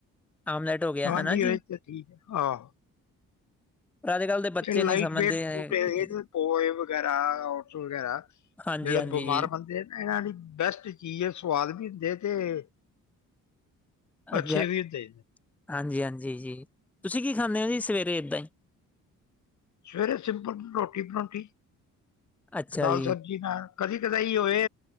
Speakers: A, in the centre; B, on the left.
A: ਆਮਲੇਟ ਹੋ ਗਿਆ
B: ਹਾਂਜੀ
A: ਹਨਾ
B: ਉਹੀ
A: ਜੀ
B: ਤੇ ਠੀਕ ਹੈ ਆਹ।
A: ਪਰ ਅੱਜ ਕੱਲ੍ਹ ਦੇ ਬੱਚੇ
B: ਜਿਹੜੇ ਲਾਈਟ
A: ਨਹੀਂ ਸਮਝਦੇ
B: ਵੇਟ ਫੂਰਟ ਹੈਗੇ
A: ਜੀ।
B: ਆ ਪੋਹੇ ਵਗੈਰਾ, ਔਟਸ ਵਗੈਰਾ
A: ਹਾਂਜੀ
B: ਜਿਹੜੇ
A: ਹਾਂਜੀ
B: ਬਿਮਾਰ
A: ਜੀ
B: ਬੰਦੇ ਨਾ ਇਹਨਾਂ ਦੀ ਬੈਸਟ ਚੀਜ਼ ਹੈ ਸਵਾਦ ਵੀ ਹੁੰਦੀ ਹੈ ਤੇ-
A: ਅੱਛਾ
B: ਅੱਛੇ ਵੀ ਹੁੰਦੇ ਤੇ
A: ਹਾਂਜੀ- ਹਾਂਜੀ ਜੀ। ਤੁਸੀਂ ਕੀ ਖਾਂਦੇ ਹੋ ਜੀ ਸਵੇਰੇ ਇੱਦਾਂ ਹੀ
B: ਸਵੇਰੇ ਸਿੰਪਲ ਰੋਟੀ ਪਰੋਂਠੀ।
A: ਅੱਛਾ
B: ਦਾਲ
A: ਜੀ
B: ਸਬਜ਼ੀ ਨਾਲ ਕਦੀ ਕਦੇ ਹੋਏ